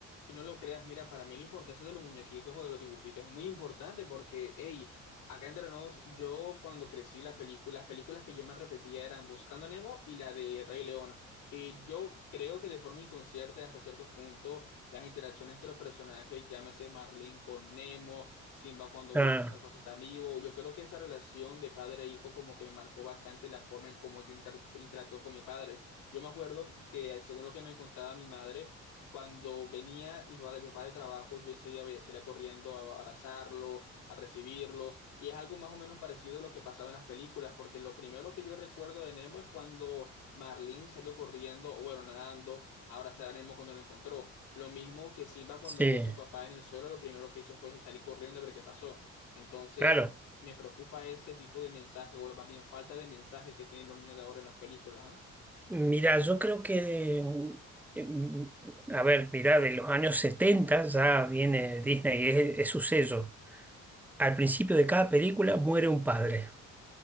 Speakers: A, on the left; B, in the centre.
A: Y no lo creas, mira, para mí la importancia de los muñequitos o de los dibujitos es muy importante porque, hey, acá entre nos, yo cuando crecí la película, las películas que yo me repetía eran Buscando a Nemo y la de Rey León. Y yo creo que de forma inconsciente, hasta cierto punto, las interacciones entre los personajes, llámese Marlin con Nemo, Simba cuando Buf-
B: Ah,
A: Mufasa está vivo, yo creo que esa relación de padre e hijo como que me marcó bastante la forma en cómo yo inter- interactúo con mi padre. Yo me acuerdo que, según lo que me contaba mi madre, cuando venía mi papá, mi papá de trabajo, yo enseguida veía- salía corriendo a abrazarlo, a recibirlo, y es algo más o menos parecido a lo que pasaba en las películas, porque lo primero que yo recuerdo de Nemo es cuando Marlene salió corriendo, o bueno, nadando, a abrazar a Nemo cuando lo encontró. Lo mismo que Simba cuando
B: sí,
A: vio a su papá en el suelo, lo primero que hizo fue salir corriendo a ver qué pasó. Entonces,
B: claro.
A: me preocupa ese tipo de mensaje, o más bien falta de mensajes que tienen los niños de ahora en las películas, ¿ah? <laughs>
B: Mira, yo creo que, mm, a ver, mira, de los años 70 ya viene Disney, es, es su sello. Al principio de cada película muere un padre.